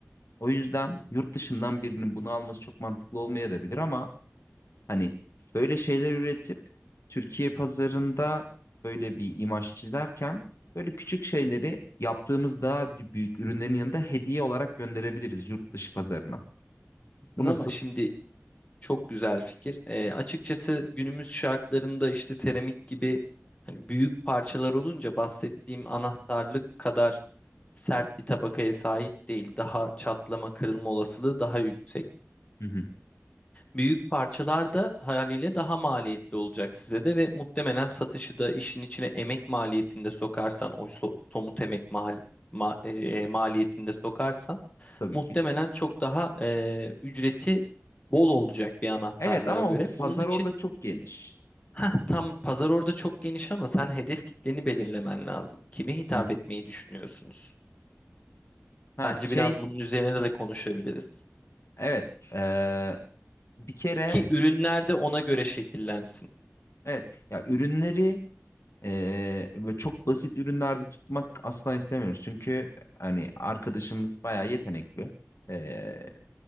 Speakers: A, on the left; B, on the left.
A: O yüzden yurt dışından birinin bunu alması çok mantıklı olmayabilir ama Hani böyle şeyler üretip Türkiye pazarında böyle bir imaj çizerken böyle küçük şeyleri
B: haklısın.
A: yaptığımız daha büyük ürünlerin yanında hediye olarak gönderebiliriz yurt dışı pazarına.
B: Haklısın
A: Bu nasıl?
B: ama şimdi Çok güzel fikir. Eee, açıkçası günümüz şartlarında işte seramik gibi hani büyük parçalar olunca bahsettiğim anahtarlık kadar sert bir tabakaya sahip değil. Daha çatlama, kırılma olasılığı daha yüksek.
A: Hı hı.
B: Büyük parçalar da haliyle daha maliyetli olacak size de ve muhtemelen satışı da işin içine emek maliyetinde sokarsan, o so- somut emek mal ma- eee, maliyetinde sokarsan
A: Tabii
B: muhtemelen
A: ki.
B: çok daha eee, ücreti bol olacak bir anahtarlığa
A: Evet ama
B: göre.
A: o pazar
B: Bunun için
A: orada çok geniş.
B: Heh, tam pazar orada çok geniş ama sen hedef kitleni belirlemen lazım. Kime hitap
A: Hı hı.
B: etmeyi düşünüyorsunuz?
A: Ha
B: Bence
A: şey
B: biraz bunun üzerine de konuşabiliriz.
A: evet eee, bir kere
B: Ki ürünler de ona göre şekillensin.
A: evet ya ürünleri eee, böyle çok basit ürünlerde tutmak asla istemiyoruz. Çünkü hani arkadaşımız bayağı yetenekli. Eee,